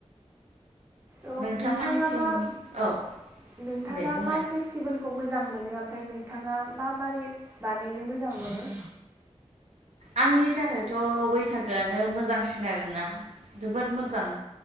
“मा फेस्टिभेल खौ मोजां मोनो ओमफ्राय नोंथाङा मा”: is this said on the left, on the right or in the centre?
Right